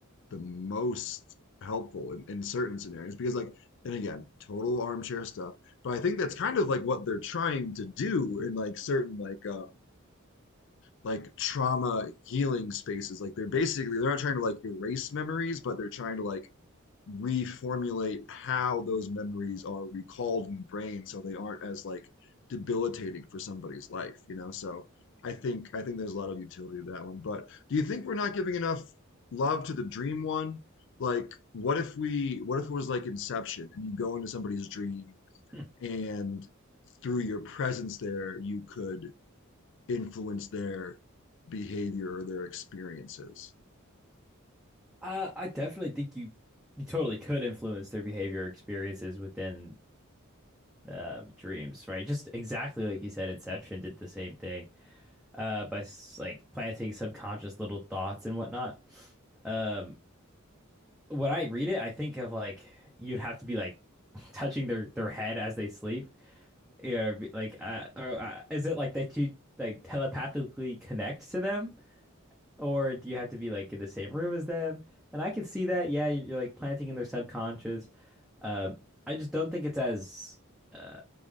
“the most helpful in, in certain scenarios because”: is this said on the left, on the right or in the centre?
Left